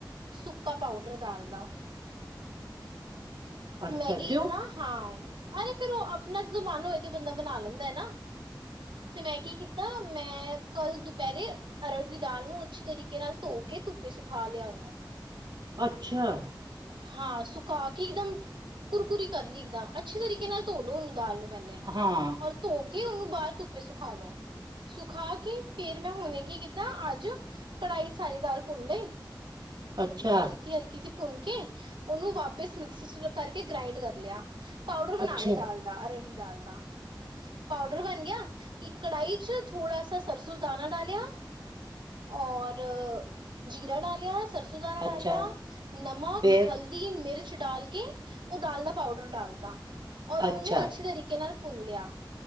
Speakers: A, on the right (about 80°); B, on the right (about 60°).
A: ਸੁੱਕਾ ਪਾਊਡਰ ਦਾਲ ਦਾ।
B: ਅੱਛਾ
A: ਮੈਂ ਕੀ
B: ਕਿਉਂ
A: ਕੀਤਾ। ਹਾਂ, ਅਰੇ ਫੇਰ ਉਹ ਆਪਣਾ ਜ਼ਮਾਨ ਹੋਏ ਤੇ ਬੰਦਾ ਬਣਾ ਲੈਂਦਾ ਹੈ ਨਾ। ਤੇ ਮੈਂ ਕੀ ਕੀਤਾ। ਮੈਂ, ਕੱਲ ਦੁਪਹਿਰੇ ਅਰੜ ਦੀ ਦਾਲ ਨੂੰ ਅੱਛੇ ਤਰੀਕੇ ਨਾਲ ਧੋ ਕੇ ਧੁੱਪੇ ਸੁਖਾ ਲਿਆ।
B: ਅੱਛਾ!
A: ਹਾਂ। ਸੁਕਾ ਕੇ ਇੱਕਦਮ ਕੁਰਕੁਰੀ ਕਰ ਲਈ ਇੱਕਦਮ ਅੱਛੇ ਤਰੀਕੇ ਨਾਲ ਧੋਲੋ ਉਹਨੂੰ ਦਾਲ ਨੂੰ ਪਹਿਲੇ
B: ਹਾਂ
A: ਔਰ ਧੋ ਕੇ ਉਹਨੂੰ ਬਾਹਰ ਧੁੱਪੇ ਸੁਖਾ ਲੋ। ਸੁਖਾ ਕੇ, ਫੇਰ ਮੈਂ ਹੁਣੇ ਕੀ ਕੀਤਾ। ਤਾਂ ਅੱਜ ਕੜਾਹੀ ਚ ਸਾਰੀ ਦਾਲ ਭੁੰਨ ਲਈ,
B: ਅੱਛਾ
A: ਹਲਕੀ ਹਲਕੀ ਸੀ, ਭੁੰਨ ਕੇ ਉਹਨੂੰ ਵਾਪਿਸ ਮਿਕਸੀ ਚ ਕਰਕੇ ਗ੍ਰਾਇੰਡ ਕਰ ਲਿਆ। ਪਾਊਡਰ ਬਣਾ
B: ਅੱਛਾ
A: ਲਿਆ ਦਾਲ ਦਾ। ਅਰ ਦਾਲ ਦਾ ਪਾਊਡਰ ਬਣ ਗਿਆ। ਇੱਕ ਕੜਾਹੀ ਚ ਥੋੜਾ ਸਾ ਸਰਸੋਂ ਦਾਨਾ ਡਾਲਿਆ। ਔਰ, ਜੀਰਾ ਡਾਲਿਆ। ਸਰਸੋਂ ਦਾਣਾ
B: ਅੱਛਾ
A: ਡਾਲਿਆ। ਨਮਕ,
B: ਫੇਰ
A: ਹਲਦੀ, ਮਿਰਚ ਡਾਲ ਕੇ, ਉਹ ਦਾਲ ਦਾ ਪਾਊਡਰ ਡਾਲਤਾ ਔਰ ਉਹਨੂੰ
B: ਅੱਛਾ
A: ਅੱਛੇ ਤਰੀਕੇ ਨਾਲ ਭੁੰਨ ਲਿਆ।